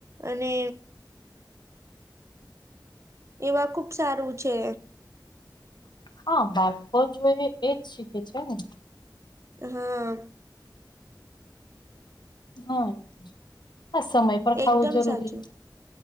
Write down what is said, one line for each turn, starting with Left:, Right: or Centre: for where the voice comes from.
Right: અને એવા ખુબ સારું છે.
Left: હા બાળકો જોઈ એજ શીખે છે ને.
Right: હા
Left: હા આ સમય પર ખાવું
Right: એકદમ
Left: જરૂરી.
Right: સાચું